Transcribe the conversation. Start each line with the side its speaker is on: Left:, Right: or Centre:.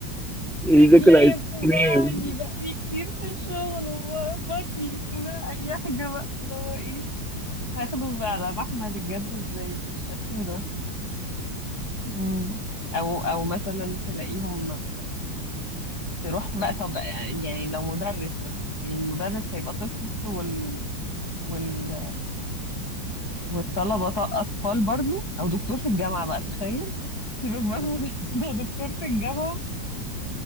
Centre: يذاكر
Left: رجليا
Centre: ايس
Left: بتوجعني
Centre: كريم
Left: بقالي كتير في الشغل وبطني بتوجع اي حاجة بقى اللي هو ايه هاخده بقى على محمل الجد ازاي بالشكل ده مم. او او مثلا تلاقيهم تروح بقى طب يعني لو مدرس مثلا يعني المدرس هيبقى طفل وال... وال... والطلبة ط- أطفال برضو أو دكتور في الجامعة بقى تخيل سيبك بقى من المدرسين هو دكتور في الجامعة